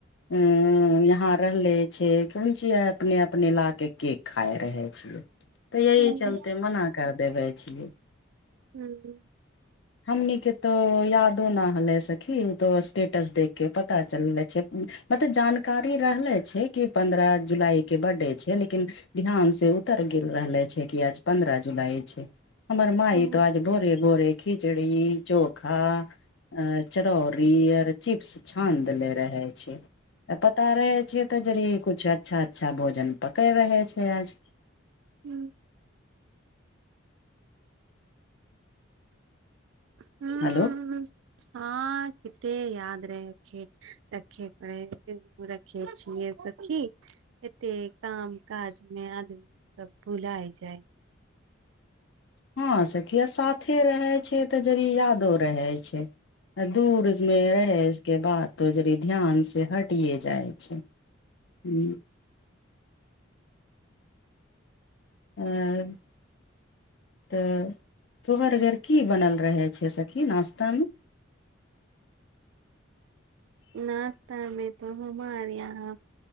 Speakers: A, on the left; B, on the right.
A: उं यहां रहले छियै कोन ची अपने अपने ला के केक खाय रहै लियै तैऽ
B: हुं
A: चलते मना कर देबे छियै
B: हूं हूं
A: हमनि के तो यादो न हले सखी उ तो स्टेटस देख के पता चलले छै मतलब जानकारी रहले छै कि पन्द्रह जुलाई के बड्डे छै लेकिन ध्यान से उतर गेल रहले छै कि आज पन्द्रह जुलाई छै हमर माइ
B: हुं
A: तऽ आज भोरे भोरे खिचड़ी चोखा आ चरौरी आर चिप्स छान देले रहै छै तऽ पता रहै छै तऽ जड़ कुछ अच्छा अच्छा भोजन पकै रहै छै आज
B: हू हू <unintelligible>
A: हेलो
B: हँ किते याद रहैखे रखे पड़े रखै छीये सखी एतेक काम काज मे आदमी सब भुलाय जाय
A: हँं सखी साथे रहै छियै तऽ जड़ यादो रहै छै आ दूर इसमे रहै के बात तो जड़ ध्यान से हटिए जाइ छै हू ह तऽ तोहर घर की बनल रहै छै सखी नाश्ता मे
B: नश्तामे तो हमार यहाँ